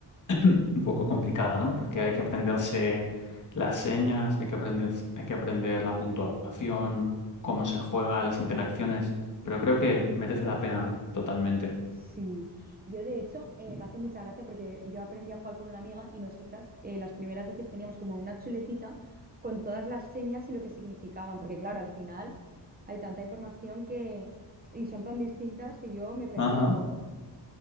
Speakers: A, on the left (about 45°); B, on the right (about 20°).
A: <clears throat> un poco complicada, ¿no? Porque hay que aprenderse las señas, hay que aprender, hay que aprender la puntuación, cómo se juega, las interacciones, pero creo que merece la pena totalmente.
B: Sí, yo de hecho eh, me hace mucha gracia porque yo aprendí a jugar con una amiga y nosotras eh, las primeras veces teníamos como una chuletita con todas las señas y lo que significaban, porque claro, al final hay tanta información que y son tan distintas que yo me perdía
A: Ajá.
B: un poco,
A: <laughs>